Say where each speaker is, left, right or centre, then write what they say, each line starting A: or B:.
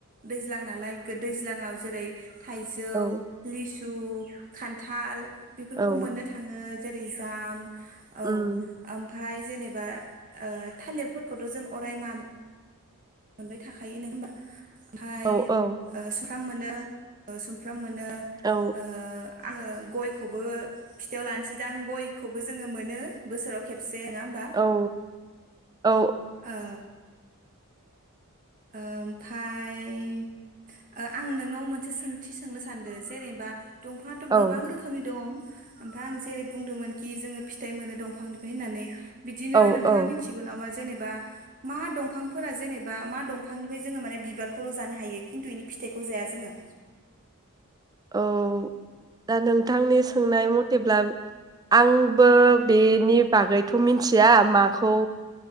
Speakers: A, on the right; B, on the right.
A: दैज्लां नालाय दैज्लाङाव जेरै थाइजौ
B: औ
A: लिसु दु खान्थाल बेफोरखौ
B: औ
A: मोननो थाङो जेरैजाम जे औ
B: उम
A: आम। ओमफ्राय जेनेबा ओ थालिरफोरखौथ जों अराय मा? मोनबाय थाखायो नङा होमबा हाय
B: औ औ
A: ओ सुमफ्राम मोनो ओ सुमफ्राम मोनो नो
B: औ
A: ओ आङो गयखौबो फिथायाव लानोसैदां गयखौबो जोङो मोनो बोसोराव खेबसे दे नोङा होमबा
B: औ औ
A: ओ ओ ओमफफ्राय ओ आं नोंनाव मोनसे सोंथि सोंनो सानदों जेनेबा दंफाङथ
B: औ
A: गोबां रोखोमनि दङ ओमफ्राय आं जेरै बुंदोंमोनखि जोङो फिथाइ मोनो दंफांनिफ्राय होननानै बिदिनो
B: औ
A: नोंथाङा
B: औ
A: मिथिगौ नामा जेनेबा बा मा दंफांफोरा जेनेबा मा दं बिफांनिफ्राय जोङो माने बिबारखौल' जानो हायो खिन्थु इनि फिथाइखौ जाया जोङो।
B: औ दा नोंथांनि सोंनाय मथेब्ला आंबो बेनि बागैथ मिथिया माखौ